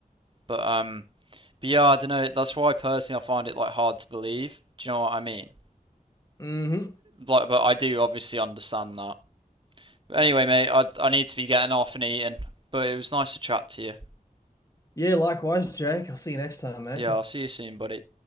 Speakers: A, on the right; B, on the left.
A: But um, but yeah, I don't know. That's why personally I find it like hard to believe. Do you know what I mean?
B: hmm
A: Like, but I do obviously understand that. But anyway, mate, I I need to be getting off and eating. But it was nice to chat to you.
B: Yeah, likewise, Jake. I'll see you next time, mate.
A: Yeah, I'll see you soon, buddy.